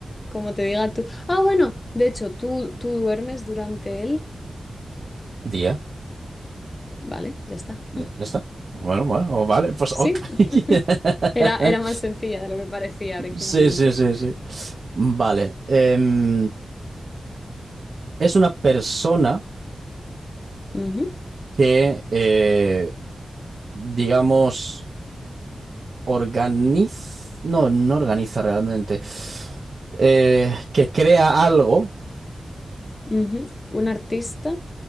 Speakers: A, on the left (about 30°); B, on the right (about 55°).
A: como te diga tú. Ah, bueno, de hecho, tú, tú duermes durante él.
B: Día.
A: Vale, ya está.
B: Ya está. Bueno, bueno, vale, pues
A: Sí,
B: ok. <laughs>
A: era, era más sencilla de lo que parecía originalmente.
B: Sí, sí, sí, sí. Vale. em, es una persona
A: Ujú,
B: que, eh, digamos, organiza... No, no organiza realmente. Eh, que crea algo
A: ujú. Un artista,